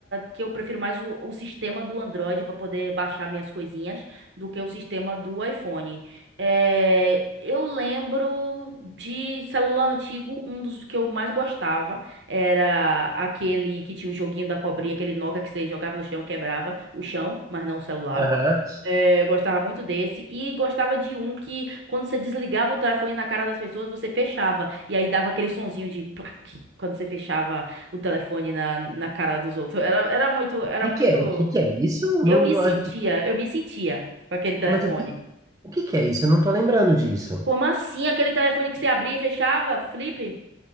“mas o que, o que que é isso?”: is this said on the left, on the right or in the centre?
Right